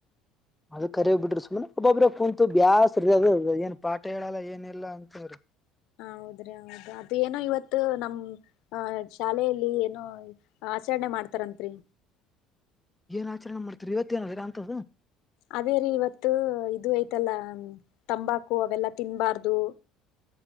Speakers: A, in the centre; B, on the left.
A: ಅದ ಕರೆ ಬಿಡ್ರಿ ಸುಮ್ ಒಬ್ಬೊಬ್ಬ್ರ ಕುೂಂತು ಬ್ಯಾಸ ಅ ಏನ್ ಪಾಠ ಹೇಳಲ್ಲ ಏನ್ ಇಲ್ಲಾ ಅಂತಿ
B: ಹೌದ್ರಿ ಹೌದ ಅದು ಏನೋ ಇವತ್ತು ನಮ್ ಅ ಶಾಲೆಯಲ್ಲಿ ಏನೋ ಆಚಾರಣೆ ಮಾಡ್ತಾರಂತ್ರಿ
A: ಏನ್ ಆಚರಣೆ ಮಾಡ್ತೀರಿ ಇವತ್ತೇಏನೀರಾ ಅಂತ್ದು
B: ಅದೇರೀ ಇವತ್ತು ಇದು ಐ್ತಲ್ಲ ತಂಬಾಕು ಅವೆಲ್ಲಾ ತಿನ್ಬಾರ್ದು